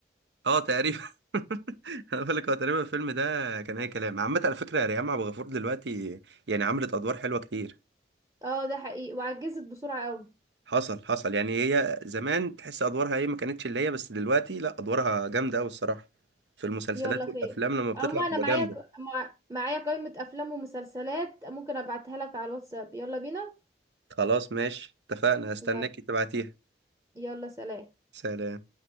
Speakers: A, on the right; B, on the right.
A: اه تقريبا <laughs> انا بقول لك هو تقريبا الفيلم ده كان اي كلام عامه على فكره ريهام عبد الغفور دلوقتي يعني عملت ادوار حلوه كتير
B: اه ده حقيقي وعجزت بسرعة قوي
A: حصل حصل يعني هي زمان تحس ادوارها ايه ما كانتش اللي هي بس دلوقتي لا ادوارها جامده قوي الصراحه في المسلسلات
B: يلا خير
A: والافلام لما بتطلع
B: اما
A: بتبقى
B: انا معايا
A: جامده
B: ك... مع... معايا قائمة افلام ومسلسلات ممكن ابعتها لك على الواتساب يلا بينا
A: خلاص ماشي اتفقنا هستناك
B: يلا
A: تبعتيها
B: يلا سلام
A: سلام